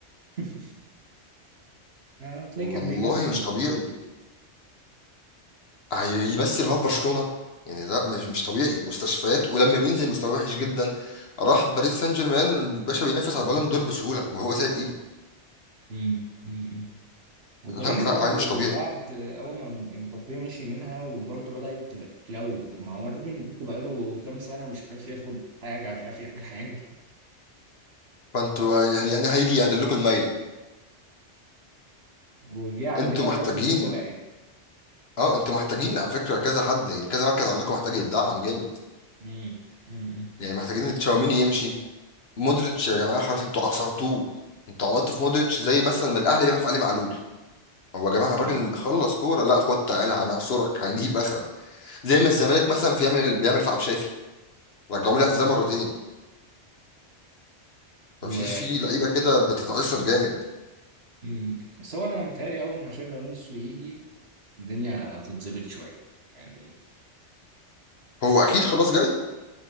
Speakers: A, on the right (about 60°); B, on the left (about 60°).
A: <laughs> آه، تلاقيه
B: والله
A: كان بيمثل
B: مش
A: بقى
B: طبيعي هيمثل هو في برشلونه يعني لا مش مش طبيعي مستشفيات ولما بينزل مستواه وحش جدا راح باريس سان جيرمان باشا بينافس على البالون دور بسهوله وهو سايب ايده
A: امم امم وباريس
B: لا لا
A: برضو
B: عيل مش طبيعي
A: بعد اول ما مبابي مشي منها وبرضو بدأت تبقى تلو طب ما هو الراجل بقى بقاله كام سنة مش عارف ياخد حاجة مش عارف يعمل حاجة
B: فانتوا يعني يعني هيجي يعدل لكم المايله
A: <laughs> وجه عندنا
B: انتوا محتاجين
A: برضو الدنيا وقعت
B: اه انتوا محتاجين على فكره كذا حد يعني كذا مركز عندكم محتاج يتدعم جامد
A: امم امم
B: يعني محتاجين تشاوميني يمشي مودريتش يا جماعه خلاص انتوا عصرتوه انتوا عملتوا في مودريتش زي مثلا ما الاهلي بيعمل في علي معلول هو يا جماعه الراجل
A: اه
B: خلص كوره لا خد تعالى هنعصرك هنجيب اخرك زي ما الزمالك مثلا في يعمل بيعمل في عبد الشافي رجعوه
A: مم.
B: لي اعتزال مرتين
A: و
B: ففي في لعيبه كده بتتعصر جامد
A: مم. بس هو انا متهيألي اول ما شابي الونسو يجي الدنيا هتتظبط شوية يعني
B: هو اكيد خلاص جاي